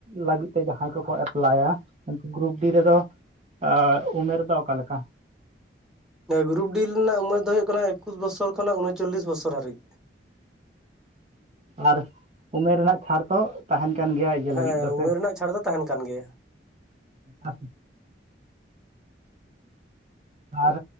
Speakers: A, on the right (about 35°); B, in the centre.
A: ᱞᱟᱹᱜᱤᱫ ᱛᱮ ᱡᱟᱦᱟᱸᱭ ᱠᱚᱠᱚ ᱮᱯᱞᱟᱭ-ᱟ ᱩᱱᱠᱩ ᱜᱨᱩᱯ ᱰᱤ ᱨᱮᱫᱚ ᱟᱻ ᱩᱢᱮᱨ ᱫᱚ ᱚᱠᱟ ᱞᱮᱠᱟ?
B: ᱜᱨᱩᱯ ᱰᱤ ᱨᱮᱱᱟᱜ ᱩᱢᱟᱹᱨ ᱫᱚ ᱦᱩᱭᱩᱜ ᱠᱟᱱᱟ ᱮᱠᱩᱥ ᱵᱚᱪᱷᱚᱨ ᱠᱷᱚᱱᱚ ᱩᱱᱚᱪᱚᱞᱞᱤᱥ ᱵᱚᱪᱷᱚᱨ ᱦᱟᱹᱨᱤᱡ,
A: ᱟᱨ ᱩᱢᱮᱨ ᱨᱮᱱᱟᱜ ᱪᱷᱟᱲ ᱛᱚ, ᱛᱟᱦᱮᱱ ᱠᱟᱱ ᱜᱮᱭᱟ ᱤᱭᱟ
B: ᱦᱮᱸ
A: ᱞᱟᱹᱜᱤᱫ ᱫᱚ ᱥᱮ
B: ᱩᱢᱮᱨ ᱨᱮᱱᱟᱜ ᱪᱷᱟᱲ ᱫᱚ ᱛᱟᱦᱮᱱ ᱠᱟᱱ ᱜᱮᱭᱟ
A: ᱟ, ᱟᱨ